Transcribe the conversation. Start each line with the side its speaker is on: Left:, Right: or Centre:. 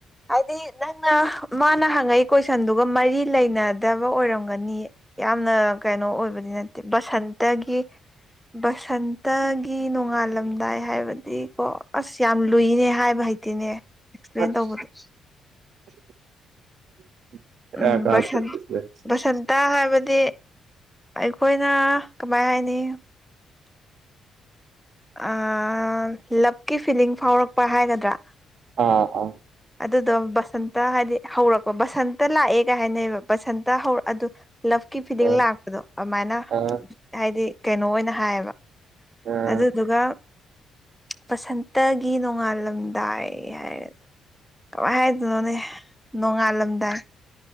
Centre: ꯍꯥꯏꯗꯤ ꯅꯪꯅ ꯃꯥꯅ ꯍꯪꯉꯛꯏ ꯀꯣꯏꯁꯟꯗꯨꯒ ꯃꯔꯤ ꯂꯩꯅꯗꯕ ꯑꯣꯏꯔꯝꯒꯅꯤꯌꯦ ꯌꯥꯝꯅ ꯀꯩꯅꯣ ꯑꯣꯏꯕꯗꯤ ꯅꯠꯇꯦ ꯕꯁꯟꯇꯒꯤ ꯕꯁꯟꯇꯒꯤ ꯅꯣꯡꯉꯥꯜꯂꯝꯗꯥꯏ ꯍꯥꯏꯕꯗꯤꯀꯣ ꯑꯁ ꯌꯥꯝ ꯂꯨꯏꯅꯦ ꯍꯥꯏꯕ ꯍꯩꯇꯦꯅꯦ ꯑꯦꯛꯁꯄ꯭ꯂꯦꯟ
Right: ꯑꯁ
Centre: ꯇꯧꯕꯗꯣ
Right: <unintelligible> ꯕꯦꯔꯥ
Centre: ꯎꯝ
Right: ꯀꯥꯗ꯭ꯔꯣ
Centre: ꯕꯁꯟ
Right: ꯑꯗꯨꯗꯤ
Centre: ꯕꯁꯟ ꯇꯥ ꯍꯥꯏꯕꯗꯤ ꯑꯩꯈꯣꯏꯅ ꯀꯃꯥꯏ ꯍꯥꯏꯅꯤ ꯑꯥ ꯂꯞꯀꯤ ꯐꯤꯂꯤꯡ ꯐꯥꯎꯔꯛꯄ ꯍꯥꯏꯒꯗ꯭ꯔ
Right: ꯑꯥ-ꯑꯥ
Centre: ꯑꯗꯨꯗꯣ ꯕꯁꯟꯇ ꯍꯥꯏꯗꯤ ꯍꯧꯔꯛꯄ ꯕꯁꯟꯇ ꯂꯥꯛꯑꯦ ꯀꯥꯏ ꯍꯥꯏꯅꯩꯕ ꯕꯁꯟꯇ ꯍꯧꯔꯛ ꯑꯗꯨ ꯂꯞꯀꯤ ꯐꯤꯗꯤꯡ
Right: ꯑꯥ
Centre: ꯂꯥꯛꯄꯗꯣ ꯑꯗꯨꯃꯥꯏꯅ
Right: ꯑꯥ
Centre: ꯍꯥꯏꯗꯤ ꯀꯩꯅꯣ ꯑꯣꯏꯅ ꯍꯥꯏꯌꯦꯕ
Right: ꯑꯥ
Centre: ꯑꯗꯨꯗꯨꯒ ꯕꯁꯟꯇꯒꯤ ꯅꯣꯡꯉꯥꯜꯂꯝꯗꯥꯏ ꯍꯥꯏꯔꯦ ꯀꯃꯥꯏ ꯍꯥꯏꯗꯣꯏꯅꯣꯅꯦ ꯅꯣꯡꯉꯥꯜꯂꯝꯗꯥꯏ